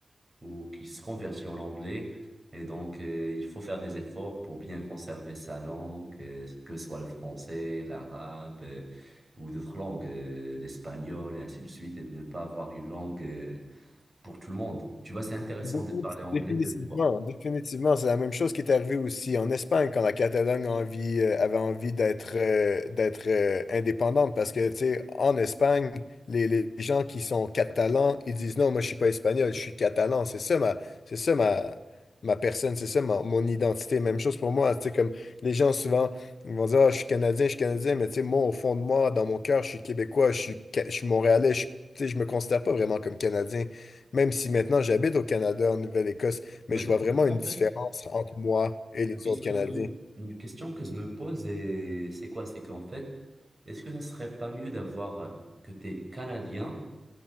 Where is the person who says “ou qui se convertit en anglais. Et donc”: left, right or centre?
Right